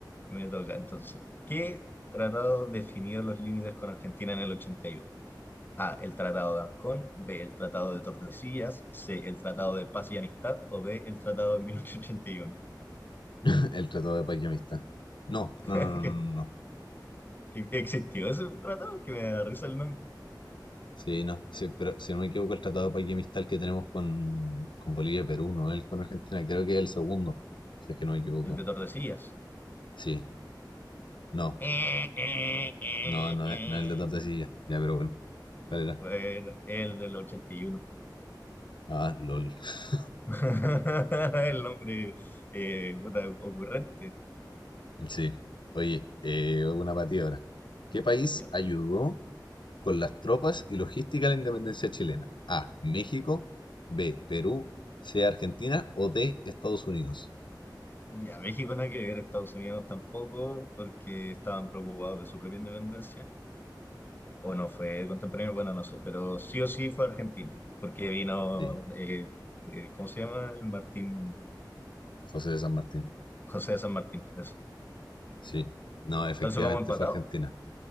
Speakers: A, on the left; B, on the left.
A: Me toca entonces. ¿Qué tratado definió los límites con Argentina en el ochenta y uno A. El Tratado de Ancón. B. El Tratado de Tordesillas. C. El Tratado de Paz y Amistad. O D. El Tratado de mil ochocientos ochenta y uno
B: <laughs> El Tratado de Paz y Amistad. No,
A: <laughs>
B: no, no,
A: ¿Qué-
B: no, no, no. no.
A: ¿Existió ese tratado? Que me da risa el nombre.
B: Sí, no. Sí, pero si no me equivoco, el Tratado de Paz y Amistad el que tenemos con, con Bolivia y Perú, no el con Argentina, creo que es el segundo. Si es que no me equivoco.
A: El de Tordesillas.
B: Sí, no,
A: Eh, eh, eh,
B: no, no
A: eh.
B: es, no es el de Tordesillas. Ya, pero bueno. ¿Cuál era?
A: Bueno, el del 81.
B: Ah, LOL. <laughs>
A: <laughs> El nombre eh, puta, ocurrente.
B: Sí. Oye, eh, una para ti ahora. ¿Qué país
A: Ya.
B: ayudó con las tropas y logística de la independencia chilena: A. México. B. Perú. C. Argentina. O D. Estados Unidos.
A: Ya, México nada que ver, Estados Unidos tampoco, porque estaban preocupados de su propia independencia. O no fue contemporáneo, bueno, no sé, pero sí o sí fue Argentina, porque vino,
B: Sí,
A: eh, eh, ¿cómo se llama? El Martín,
B: José de San Martín.
A: José de San Martín, eso.
B: Sí. No, efectivamente
A: Entonces vamos empatados.
B: fue Argentina.